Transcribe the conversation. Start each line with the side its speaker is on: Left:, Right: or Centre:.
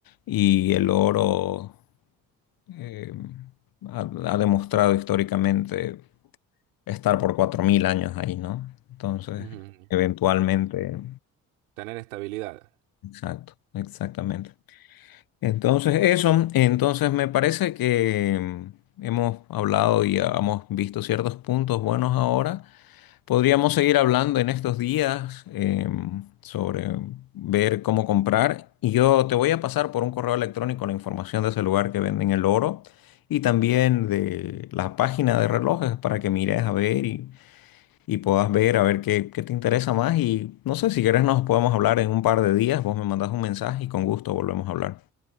Left: Y el oro. eh, ha, ha demostrado históricamente estar por 4.000 años ahí, ¿no? Entonces,
Right: Ujú.
Left: eventualmente,
Right: Tener estabilidad.
Left: exacto, exactamente. Entonces, eso, entonces me parece que mm, hemos hablado y hemos visto ciertos puntos buenos ahora. Podríamos seguir hablando en estos días em, sobre ver cómo comprar y yo te voy a pasar por un correo electrónico la información de ese lugar que venden el oro y también de la página de relojes para que mires a ver y, y puedas ver a ver qué, qué te interesa más y no sé si quieres nos podemos hablar en un par de días, vos me mandas un mensaje y con gusto volvemos a hablar.